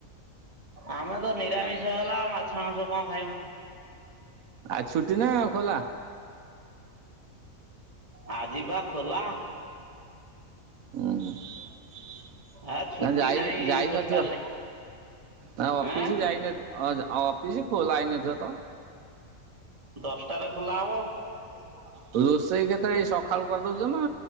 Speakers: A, on the right; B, on the right.
A: ଆମେ ତ ନିରାମିଷ ହେଲା ଆଉ ମାଛ ମାଂସ କଣ ଖାଇବୁ?
B: ଆଉ ଛୁଟି ନା ଖୋଲା।
A: ଆଜି ପା ଖୋଲା।
B: ଓୁ୍ଁ ହୁଁ।
A: ଆ ଛୁଟି
B: ଯାଇ
A: ନାହିଁ
B: ଯାଇନଥିବ
A: ପୋଷ୍ଟାଲରେ
B: ତା ଅଫିସି
A: ଆଁ
B: ଯାଇନଥିଅ ଅଫିସି। ହ ଲାଇନଛ ତ <unintelligible>
A: ଦଶଟାରେ ଖୋଲା ହବ ହ।
B: ତୁ ରୋଷେଇ କେତେବେଳେ ସକାଳୁ କରିଦଉଛୁ ନା